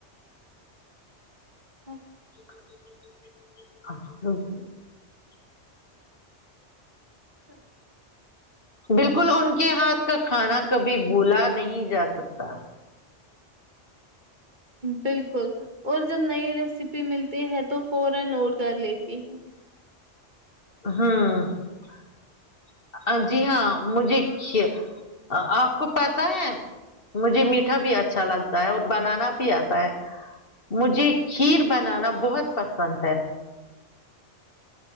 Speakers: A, on the right; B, on the left.
A: اچ <inaudible>
B: ا نہیں <inaudible> آ ہ <unintelligible>
A: ہوں <unintelligible>
B: بالکل ان کے ہاتھ کا کھانا کبھی بولا نہیں جا سکتا
A: بالکل اور جب نئی ریسیپی ملتی ہے تو فورا نوٹ کر لیتی ہوں
B: ہوں جی ہاں مجھے کھ آپ کو پتا ہے مجھے میٹھا بھی اچھا لگتا ہے اور بنانا بھی آتا ہے مجھے کھیر بنانا بہت پسند ہے